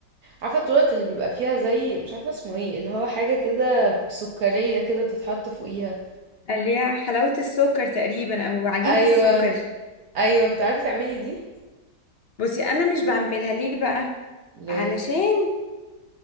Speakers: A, on the right; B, on the left.
A: عارفة التورت اللي بيبقى فيها زي مش عارفة اسمه ايه اللي هو حاجة كده سكرية كده بتتحط فوقيها
B: اللي هي حلاوه السكر تقريبا او عجينه
A: ايوه
B: السكر
A: ايوه بتعرفي تعملي دي
B: بصي انا مش بعملها ليه بقى
A: ليه
B: علشان